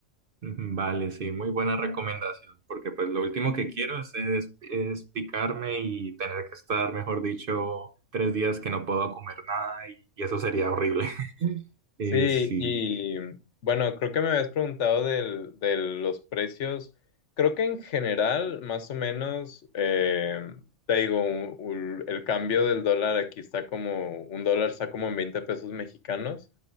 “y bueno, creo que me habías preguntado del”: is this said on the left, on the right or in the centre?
Left